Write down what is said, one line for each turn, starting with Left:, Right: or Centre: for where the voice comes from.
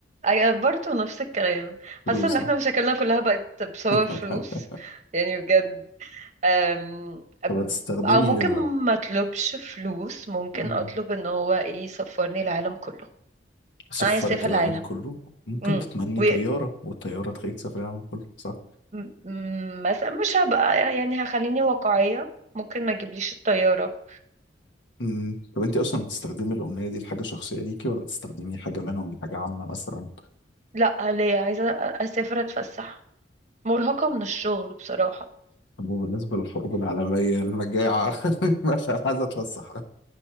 Right: أي- برضه نفس الكلام
Left: فلوس
Right: حاسه ان احنا
Left: آه.
Right: مشاكلنا كلها بقت بسبب
Left: <laughs>
Right: الفلوس يعني بجد أم...
Left: طب
Right: أم-
Left: هتستخدمي
Right: او ممكن ما اطلبش فلوس ممكن
Left: مم.
Right: اطلب ان هو ايه يسفرني العالم كله
Left: سفرك
Right: انا عايز اسافر
Left: العالم
Right: العالم
Left: كله ممكن
Right: امم
Left: تتمني
Right: و
Left: طيارة والطيارة تخليك تسافر العالم كله صح؟
Right: م- م- مثلا مش هبقى يعني هخليني واقعيه ممكن ما تجيبليش الطياره
Left: مم. طب انت اصلا هتستخدمي الأمنية دي لحاجة شخصية ليكي ولا تستخدمي حاجة منهم لحاجة عامة مثلا؟
Right: لا ليه عايزه أ- اسافر اتفسح مرهقه من الشغل بصراحه
Left: طب وبالنسبة للحروب العالمية المجاعة <laughs> مثلا عايزة اتفسح